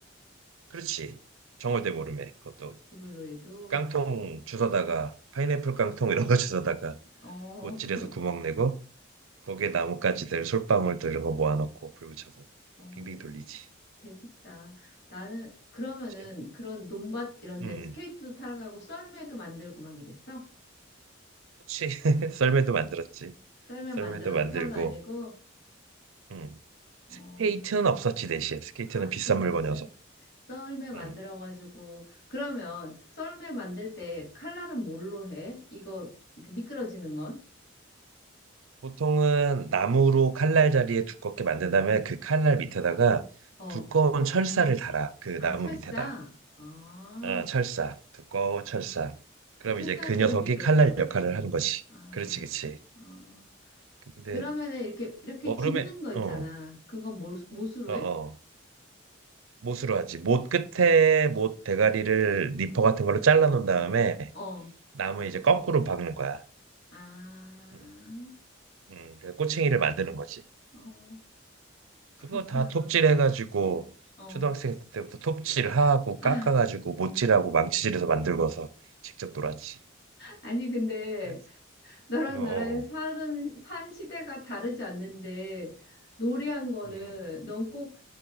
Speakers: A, on the right (about 85°); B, on the left (about 55°).
A: 그렇지. 정월대보름에 그것도
B: 지불놀이도.
A: 깡통 주워다가 파인애플 깡통 이런 거 주워다가
B: 어,
A: 못질에서
B: <laughs>
A: 구멍 내고 거기에 나뭇가지들 솔방울들 이런 거 모아놓고 불 붙여서
B: 어.
A: 빙빙 돌리지.
B: 재밌다. 나는 그러면은
A: 그치?
B: 그런 논밭 이런
A: 응,
B: 데 스케이트도
A: 응.
B: 타러 가고 썰매도 만들고 막 이랬어?
A: 그치. <laughs> 썰매도 만들었지.
B: 썰매
A: 썰매도
B: 만들어서
A: 만들고.
B: 타러 다니고
A: 응.
B: 어,
A: 스케이트는 없었지 대신 스케이트는
B: 아,
A: 비싼
B: 스케이트
A: 물건이어서.
B: 말고 썰 썰매 만들어
A: 응.
B: 가지고 그러면 썰매 만들 때
A: 응.
B: 칼날은 뭘로 해? 이거 이렇게 미끄러지는 건?
A: 보통은 나무로 칼날 자리에 두껍게 만든 다음에 그 칼날 밑에다가
B: 어.
A: 두꺼운 철사를 달아. 그
B: 아,
A: 나무
B: 철사.
A: 밑에다.
B: 아,
A: 어, 철사. 두꺼운 철사. 그럼
B: 그그 철사
A: 이제 그
B: 때문에
A: 녀석이
B: 미끄러지는
A: 칼날
B: 거지.
A: 역할을 하는 거지.
B: 아,
A: 그렇지, 그렇지.
B: 어.
A: 근데
B: 그러면은 이렇게 이렇게
A: 얼음에
B: 짚는 거 있잖아.
A: 어,
B: 그건 뭘, 못으로
A: 어, 어.
B: 해?
A: 못으로 하지. 못 끝에 못 대가리를 니퍼 같은 걸로 잘라 놓은 다음에
B: 어.
A: 나무 이제 거꾸로 박는 거야.
B: 아,
A: 음, 음. 그래서 꼬챙이를 만드는 거지.
B: 어, 그렇구나.
A: 그거 다 톱질 해가지고
B: 어.
A: 초등학생 때부터 톱질하고 깎아가지고
B: <laughs> 아,
A: 못질하고 망치질해서 만들고서 직접 놀았지.
B: 아니, 근데
A: 그래서
B: 너랑
A: 어,
B: 나랑 사는,
A: 어.
B: 산 시대가 다르지 않는데 놀이한 거는
A: 음.
B: 넌 꼭